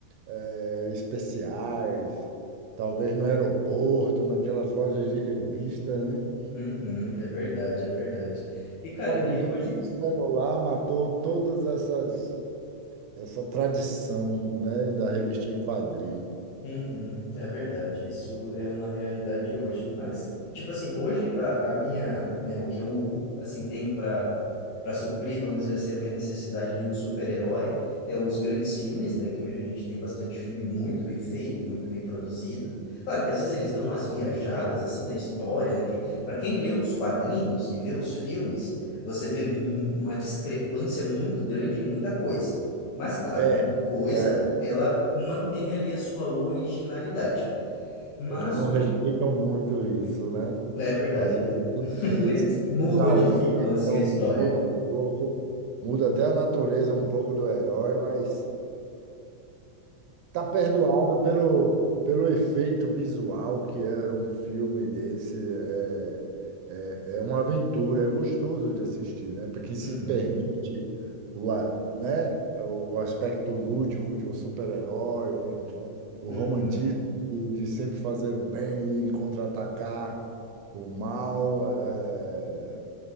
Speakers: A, on the right; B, on the left.
A: é, especiais, talvez no aeroporto, naquelas lojas de revista, né?
B: Uhum, é verdade, é verdade. E, cara,
A: O advento
B: daí hoje.
A: do celular matou todas essas essa tradição, né, da revistinha em quadrinho.
B: Uhum, é verdade, isso é uma realidade hoje. Mas, tipo assim, hoje a, a minha, né, o que eu, assim, tenho para para suprir, vamos dizer assim, a minha necessidade de um super-herói é os grandes filmes, né, que hoje a gente tem bastante filme muito bem feito, muito bem produzido. Claro que às vezes eles dão umas viajadas, assim, na história, né, que para quem lê os quadrinhos e vê os filmes, você vê mu- uma discrepância muito grande em muita coisa. Mas, claro,
A: É,
B: muita coisa
A: é,
B: ela mantém ali a sua originalidade. Mas
A: eles não
B: hoje,
A: respeitam muito isso, né?
B: é verdade,
A: Às
B: <laughs>
A: Eles,
B: eles mu-
A: eles
B: modificam
A: aumentam,
B: assim a história.
A: mudam um pouco, muda até a natureza um pouco do herói, mas tá perdoado pelo, pelo efeito visual que é um filme desse. É, é, é uma aventura, é gostoso de assistir, né? Para quem se
B: Uhum,
A: permite o, a- né? o aspecto lúdico de um super-herói, né? O
B: uhum.
A: romantismo de, de sempre fazer o bem e contra-atacar o mal. é,